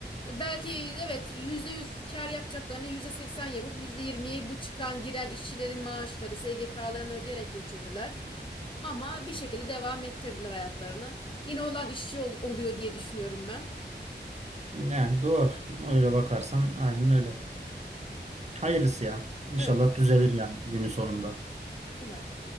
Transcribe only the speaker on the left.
Belki evet %100 kar yapacaklarını %80 yapıp yüzde yirmiyi bu çıkan giren işçilerin maaşları, SGK'larını ödeyerek geçirdiler. Ama bir şekilde devam ettirdiler hayatlarını. Yine olan işçi ol- oluyor diye düşünüyorum ben.
Öyle.
Umarım.